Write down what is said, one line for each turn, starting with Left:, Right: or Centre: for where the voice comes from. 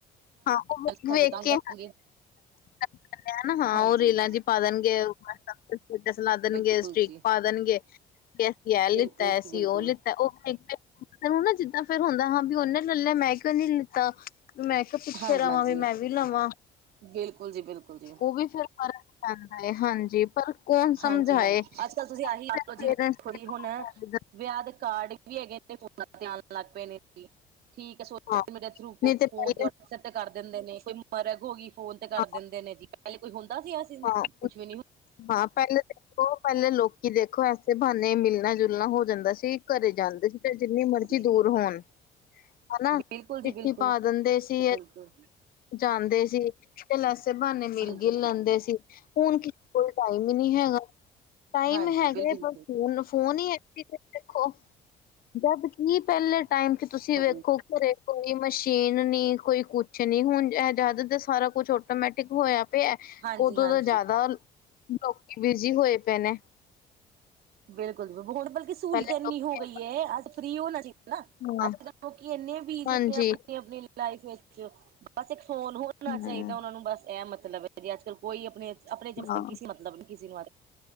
Left: ਹਾਂ, ਉਹ
Right: ਸਾਡੇ
Left: ਵੇਖ- ਵੇਖ
Right: ਤੰਗ
Left: ਕੇ
Right: ਕਰਨਗੇ
Left: ਦੇ ਨਾ ਹਾਂ।
Right: ਹਾਂਜੀ
Left: ਉਹ ਰੇਲਾਂ 'ਚ ਪਾ ਦੇਣਗੇ ਓ। ਸਟੇਟਸ ਲਾਦੇਨਗੇ,
Right: ਬਿਲਕੁਲ
Left: ਸਟ੍ਰੀਕ
Right: ਜੀ
Left: ਪਾਦੇਨਗੇ। ਅਸੀਂ ਇਹ ਲਿੱਤਾ,
Right: ਬਿਲਕੁਲ ਜੀ
Left: ਅਸੀਂ
Right: ਬਿਲਕੁਲ
Left: ਉਹ ਲਿੱਤਾ, ਉਹ ਫੇਕਦੇ। ਤੈਨੂੰ ਨਾ ਜਿੱਦਾਂ ਫੇਰ ਹੁੰਦਾ ਹਾਂ ਵੀ ਉਹਨੇ ਲੈਲਿਆ ਮੈਂ ਕਿਉਂ ਨੀ ਲਿੱਤਾ ਵੀ ਮੈਂ। ਕਿਹਾ ਪਿੱਛੇ
Right: ਹਾਂਜੀ-
Left: ਰਵਾਂ
Right: ਹਾਂਜੀ,
Left: ਵੀ ਲਵਾਂ
Right: ਬਿਲਕੁਲ ਜੀ-ਬਿਲਕੁਲ ਜੀ।
Left: ਉਹ ਵੀ ਫਿਰ ਫਰਕ ਪੈਂਦਾ ਹੈ। ਹਾਂਜੀ। ਪਰ ਕੌਣ ਸਮਝਾਏ।
Right: ਹਾਂਜੀ- ਹਾਂਜੀ, ਅੱਜ ਕੱਲ ਤੁਸੀਂ ਆਹੀ ਲਓ
Left: ਪੇਰੈਂਟਸ
Right: ਜਿਵੇਂ ਵੇਖੋਂ ਜੀ ਹੁਣ ਵਿਆਹ ਕਾਰਡ। ਵੀ ਹੈਗੇ ਫੋਨ ਤੇ ਆਨ ਲੱਗ ਪਏ ਨੇ ਠੀਕ ਹੈ ਸੋਸ਼ਲ
Left: ਹਾਂ
Right: ਮੀਡੀਆ ਥਰੂ
Left: ਨਹੀਂ
Right: ਫੋਨ
Left: ਪਹਿਲੇ
Right: ਤੇ। ਸਿੱਧ ਕਰ ਦਿੰਦੇ ਨੇ। ਕੋਈ ਮਰਗ ਹੋ ਗਈ ਫੋਨ ਤੇ ਕਰ
Left: ਹਾਂ,
Right: ਦਿੰਦੇ ਨੇ ਜੀ। ਪਹਿਲੇ ਕੋਈ ਹੁੰਦਾ ਸੀ ਅਸੀਂ।
Left: ਹਾਂ,
Right: ਬ <unintelligible>
Left: ਹਾਂ, ਪਹਿਲੇ ਦੇਖੋ, ਪਹਿਲੇ ਲੋਕੀ ਦੇਖੋ, ਐਸੇ ਬਹਾਨੇ ਮਿਲਣਾ- ਜੁਲਣਾ ਹੋ ਜਾਂਦਾ ਸੀ। ਘਰੇ ਜਾਂਦੇ ਸੀ ਤੇ ਜਿੰਨੀ ਮਰਜ਼ੀ
Right: ਜੀ
Left: ਦੂਰ ਹੋਣ ਹਨਾ।
Right: ਬਿਲਕੁਲ
Left: ਚਿੱਠੀ
Right: ਜੀ ਬਿਲਕੁਲ,
Left: ਪਾ ਦਿੰਦੇ ਸੀ‌।
Right: ਬਿਲਕੁਲ
Left: ਜਾਂਦੇ ਸੀ। ਤੇ ਏਸੇ ਬਹਾਨੇ ਮਿਲ
Right: ਹਾਂਜੀ-ਹਾਂਜੀ।
Left: ਗਿਲ ਲੈਂਦੇ ਸੀ। ਹੁਣ ਕੀ। ਕੋਈ ਟਾਈਮ ਹੀ ਨਹੀਂ ਹੈਗਾ। ਟਾਈਮ
Right: ਹਾਂਜੀ
Left: ਹੈਗਾ
Right: ਹਾਂਜੀ ਬਿਲਕੁਲ
Left: ਪਰ ਫੋਨ- ਫੋਨ ਹੀ ਕਿੱਤੇ ਦੇਖੋ, ਜਦ ਕੀ ਪਹਿਲੇ ਟਾਈਮ 'ਚ ਤੁਸੀਂ ਵੇਖੋ।
Right: ਜੀ,
Left: ਘਰੇ ਕੋਈ ਮਸ਼ੀਨ ਨੀ ਕੋਈ ਕੁਛ ਨੀ ਹੁਣ ਇਹ ਜ਼ਿਆਦਾ ਦਾ ਸਾਰਾ ਕੁਛ। ਆਟੋਮੈਟਿਕ ਹੋਇਆ ਪਿਆ।
Right: ਹਾਂਜੀ-ਹਾਂਜੀ।
Left: ਉਦੋਂ ਤਾਂ ਜ਼ਿਆਦਾ ਲੋਕੀ ਬਿਜੀ ਹੋਏ ਪਏ ਨੇ।
Right: ਬਿਲਕੁਲ, ਹੁਣ ਬਲਕਿ ਸਹੂਲਤ
Left: ਪਹਿਲੇ
Right: ਇੰਨੀ
Left: ਲੋਕੀ
Right: ਹੋ ਗਈ ਹੈ। ਅੱਜ ਫਰੀ ਹੋਣਾ ਚਾਹੀਦਾ ਨਾ
Left: ਹਾਂ
Right: ਅੱਜ ਕੱਲ। ਲੋਕੀ ਇੰਨੇ ਬਿਜੀ
Left: ਹਾਂਜੀ
Right: ਨੇ ਆਪਣੀ- ਆਪਣੀ ਲਾਈਫ ਵਿੱਚ ਬਸ ਇੱਕ ਫੋਨ ਹੋਣ। ਹੋਣਾ
Left: ਹੂੰ
Right: ਚਾਹੀਦਾ ਉਹਨਾਂ ਨੂੰ ਬਸ ਇਹ ਮਤਲਬ ਹੈ ਵੀ ਅੱਜ ਕੱਲ ਕੋਈ ਆਪਣੇ- ਆਪਣੇ ਜਿਮਸਗ
Left: ਹਾਂ,
Right: ਕਿਸੀ ਮਤਲਬ ਨੀ ਕਿਸੇ ਨੂੰ।